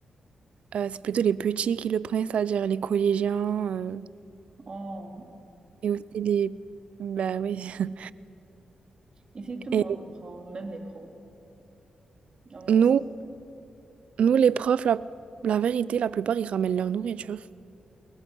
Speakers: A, on the right (about 75°); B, on the right (about 45°).
A: euh, c'est plutôt les petits qui le prennent, c'est-à-dire les collégiens euh,
B: Oh.
A: et aussi les... Bah oui. <laughs>
B: Ici, tout le
A: Et
B: monde le prend, même les pros. On
A: nous,
B: s'en-
A: Nous, les profs, la, la vérité, la plupart, ils ramènent leur nourriture.